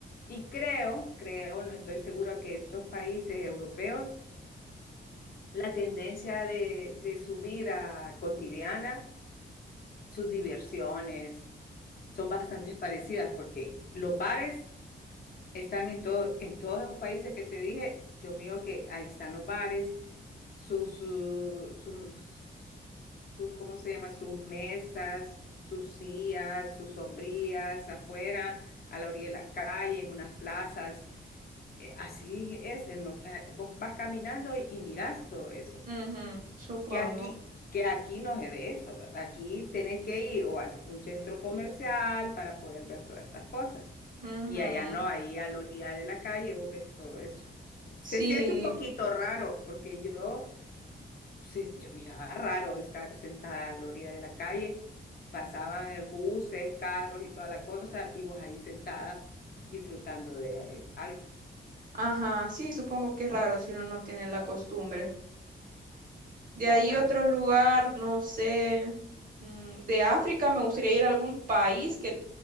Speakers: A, on the left; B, on the right.
A: y creo, creo, no estoy segura que estos países europeos, la tendencia de, de su vida cotidiana, sus diversiones, son bastante parecidas porque los bares están en todo, en todos esos países que te dije, yo miro que ahí están los bares sus, su- sus, sus- ¿cómo se llama? Sus mesas, sus sillas, sus sombrillas afuera, a la orilla de la calle, en unas plazas. Eh, así es, en lo, eh, vos vas caminando y, y mirás todo eso.
B: Ujú, supongo.
A: Que aquí, que aquí no es de eso, ¿verdad? Aquí tenés que ir o a un centro comercial para poder ver todas estas cosas.
B: Ujú.
A: Y allá no, ahí a la orilla de la calle vos ves todo eso. Se
B: Sí.
A: siente un poquito raro porque yo se- yo miraba raro estar sentada a la orilla de la calle, pasaban el buses, carros y toda la cosa, y vos ahí sentada disfrutando de algo,
B: Ajá, sí, supongo que es raro si uno no tiene la costumbre. De
A: bastante.
B: ahí otro lugar, no sé, mm, de África me gustaría ir a algún país que,